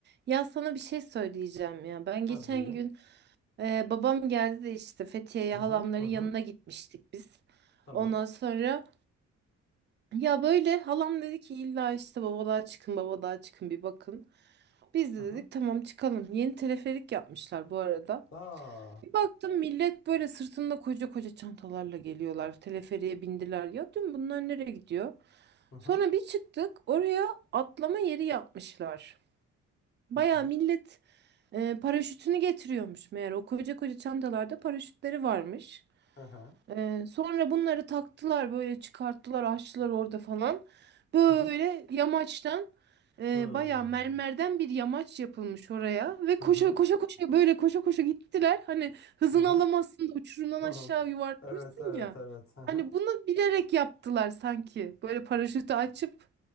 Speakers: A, on the right; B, on the left.
A: Ya sana bir şey söyleyeceğim ya. Ben
B: Tabii.
A: geçen gün e, babam geldi de işte Fethiye'ye
B: Hı
A: halamların
B: hı hı hı.
A: yanına gitmiştik biz.
B: Tamam.
A: Ondan sonra ya böyle halam dedi ki illa işte babalığa çıkın babalığa çıkın bir bakın. Biz de
B: Hı hı.
A: dedik tamam çıkalım. Yeni teleferik yapmışlar bu arada.
B: Aa.
A: Bir baktım millet böyle sırtında koca koca çantalarla geliyorlar. Teleferiğe bindiler. Ya dün bunlar nereye gidiyor?
B: Hı hı
A: Sonra bir çıktık oraya atlama yeri yapmışlar. Baya
B: hı hı.
A: millet Ee, paraşütünü getiriyormuş meğer. O koca koca çantalarda paraşütleri varmış.
B: Hı hı.
A: Ee, sonra bunları taktılar böyle çıkarttılar açtılar orada falan. Böyle
B: Hı hı.
A: yamaçtan e,
B: Hmm.
A: bayağı mermerden bir yamaç yapılmış oraya. Ve koşa
B: Hı hı.
A: koşa koşa böyle koşa koşa gittiler. Hani hızını
B: Hı hı.
A: alamazsın da uçurumdan
B: Hı
A: aşağı
B: hı.
A: yuvarlanırsın
B: Evet evet
A: ya.
B: evet. Hı hı.
A: Hani bunu bilerek yaptılar sanki. Böyle paraşütü açıp